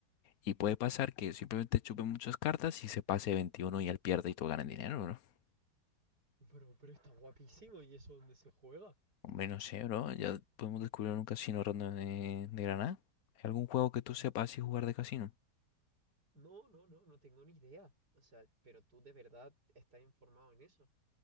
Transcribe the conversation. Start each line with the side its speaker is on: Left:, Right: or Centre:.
Left: Y puede pasar que simplemente chupe muchas cartas y se pase de 21 y él pierde y tú ganas dinero, ¿no?
Right: bro, pero está guapísimo y eso dónde se juega.
Left: Hombre, no sé, bro. Ya podemos descubrir un casino random de, de Granada. ¿Hay algún juego que tú sepas y jugar de casino?
Right: No, no, no, no tengo ni idea. O sea, pero tú de verdad estás informado en eso.